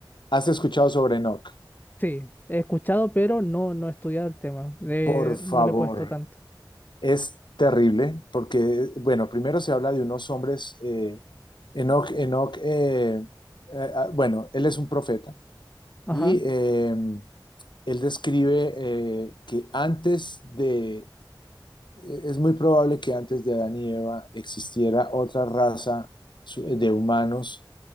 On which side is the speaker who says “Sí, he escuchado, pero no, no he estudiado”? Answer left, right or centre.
Left